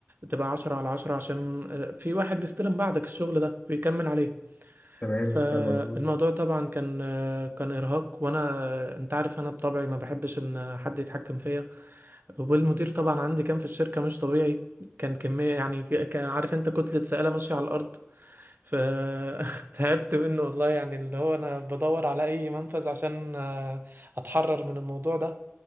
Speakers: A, on the right; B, on the left.
A: تبقى عشرة على عشرة عشان آه، في واحد بيستلم بعدك الشغل ده بيكمل عليه
B: تمام
A: فالموضوع
B: كان مظبوط
A: طبعا كان كان ارهاق وانا انت عارف انا بطبعي ما بحبش ان حد يتحكم فيا والمدير طبعا عندي كان في الشركه مش طبيعي كان كميه يعني ك- كان عارف انت كتله سائله ماشيه على الارض فتعبت <laughs> منه والله يعني اللي هو انا بدور على اي منفذ عشان آه، اتحرر من الموضوع ده